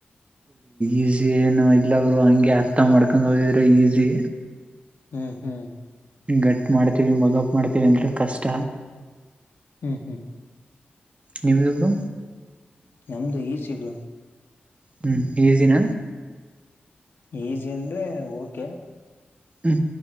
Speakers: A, on the right; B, on the left.
A: ಈಸಿ ಏನು ಇಲ್ಲವರು ಹಂಗೆ ಅರ್ಥ ಮಾಡ್ಕೊಂಡ್ ಹದಿದ್ರೆ ಈಸಿ
B: ಹ್ಮ್ ಹ್ಮ್
A: ಗಟ್ ಮಾಡ್ತೀವಿ ಮಗಪ್ ಮಾಡ್ತೀವಿ ಅಂದ್ರೆ ಕಷ್ಟ
B: ಹ್ಮ್ ಹ್ಮ್
A: ನಿಮ್ಮದು ಬ್ರೋ
B: ನಮ್ದು ಈ ಸಿಗ
A: ಹ್ಮ್ ಈಸಿನ
B: ಈಜಿ ಅಂದ್ರೆ ಓಕೆ
A: ಹ್ಮ